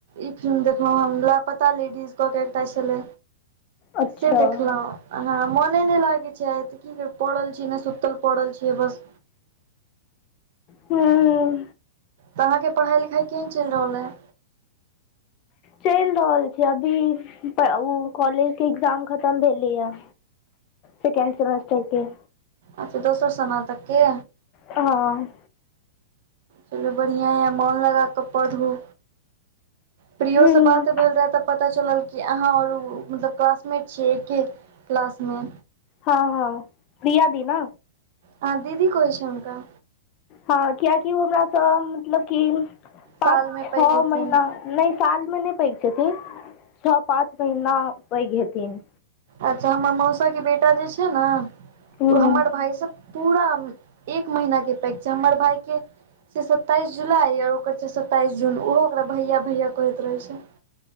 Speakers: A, on the right; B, on the left.
A: ई फिल्म देखने छलहुँ, लापता लेडीज कऽ कऽ एकटा छल।
B: अच्छा
A: से देखलहु हँ, मन नहि लागै छै। आइ तऽ की पड़ल छै ने, सुतल छी। पड़ल छियै बस
B: ह्म
A: तऽ अहाँके पढ़ाइ लिखाई केहन चलि रहल हइ?
B: चलि रहल छै। अभी ओ कॉलेज के एग्जाम खतम भेलै ह सेकंड सेमेस्टर के।
A: अच्छा दोसर सेमेस्टर के
B: हँ
A: चलू बढ़िया य मोन लगा कऽ पढ़ू प्रियो
B: हूँ
A: से बात भेल रहे तऽ। पता चलल कि अहाँ आर मतलब क्लासमेट छीयै एके क्लास मे।
B: हँ हँ प्रिया दी न
A: अहाँ दीदी कहै छै हुनका?
B: हँ, किएक कि हमर सभ मतलब
A: सालमे
B: पाँच छओ
A: पैघ हेथिन
B: महीनासँ नहि, सालमे नहि। पैघ छथि, छओ पाँच महीना पैघ हेथिन।
A: अच्छा, हमर मौसाक बेटा जे छै ने,
B: हूँ
A: ओ हमर भाय सभ। पूरा एक महीनाक पैक छै हमर भायके से। सत्ताइस जुलाई आओर ओकर छै सत्ताइस जून। ओहो ओकरा भैया भैया कहैत रहै छै।